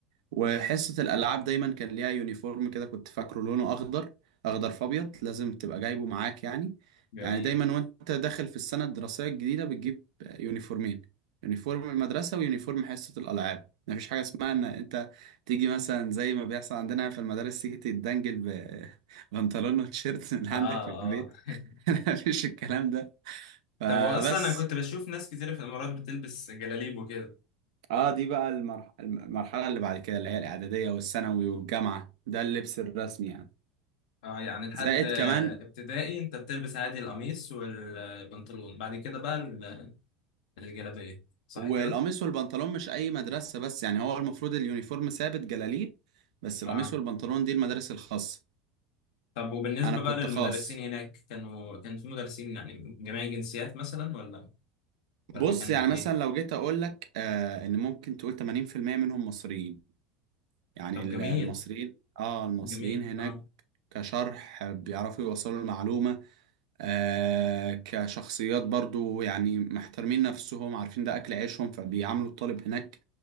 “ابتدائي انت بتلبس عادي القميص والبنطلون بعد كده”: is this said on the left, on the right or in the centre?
Left